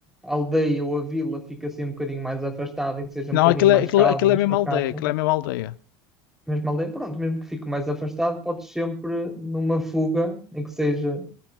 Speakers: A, in the centre; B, on the left.
A: a aldeia ou a vila fique assim um bocadinho mais afastada e que seja
B: Não,
A: um bocadinho
B: aquilo
A: mais
B: é, aquilo,
A: calma,
B: aquilo
A: mais
B: é mesmo
A: pacata,
B: aldeia, aquilo é mesmo aldeia.
A: mesmo a aldeia, pronto, mesmo que fique mais afastado, podes sempre, numa fuga, nem que seja